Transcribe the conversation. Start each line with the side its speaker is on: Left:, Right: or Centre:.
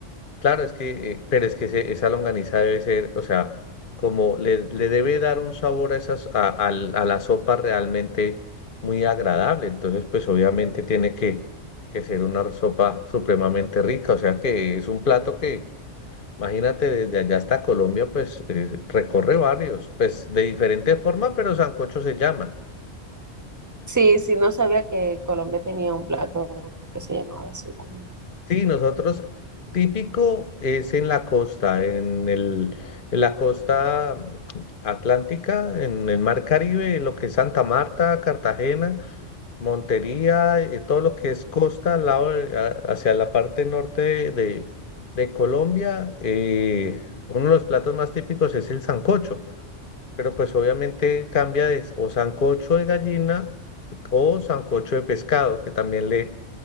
Left: claro, es que, eh, pero es que ese- esa longaniza debe ser, o sea, como le, le debe dar un sabor a esas, a, al- a la sopa realmente muy agradable. Entonces, pues obviamente tiene que, que ser una sopa supremamente rica. O sea que es un plato que, imagínate, desde allá hasta Colombia, pues eh, recorre varios, pues de diferente forma, pero sancocho se llama.
Right: Sí, sí, no sabía que Colombia tenía un plato que se llamaba así también.
Left: Sí, nosotros típico es en la costa, en el, en la costa mm, atlántica, en el mar Caribe, lo que es Santa Marta, Cartagena, Montería, eh, todo lo que es costa al lado de- a- hacia la parte norte de, de- de Colombia. eh, uno de los platos más típicos es el sancocho, pero pues obviamente cambia de s- o sancocho de gallina o sancocho de pescado, que también le